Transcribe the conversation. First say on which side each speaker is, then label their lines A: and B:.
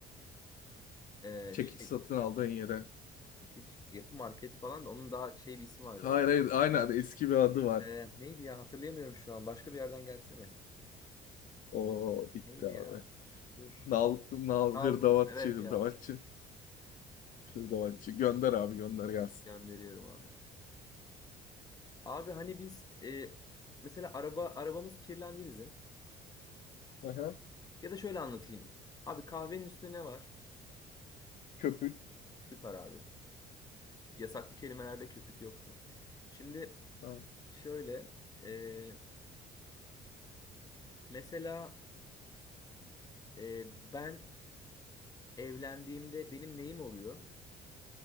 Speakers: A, on the left; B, on the left.
A: Ee,
B: Çekiç
A: şey
B: satın aldığın yere.
A: çekiç yapı market falan da onun daha şey bir ismi var
B: Hayır
A: galiba.
B: hayır aynen eski bir adı var.
A: Ee, neydi ya hatırlayamıyorum şu an. Başka bir yerden gelsene.
B: O bitti
A: Neydi
B: abi.
A: ya? Dur.
B: Nal, nal,
A: Al
B: hırdavatçı,
A: vur. Evet
B: hırdavatçı,
A: ya.
B: hırdavatçı. Gönder abi gönder gelsin.
A: Gönderiyorum abi. Abi hani biz e, mesela araba arabamız kirlendi bizim.
B: Aha,
A: Ya da şöyle anlatayım. Abi kahvenin üstünde ne var?
B: köpük.
A: Süper abi. Yasaklı kelimelerde köpük yoktu. Şimdi
B: Ha.
A: şöyle e, mesela e, ben evlendiğimde benim neyim oluyor?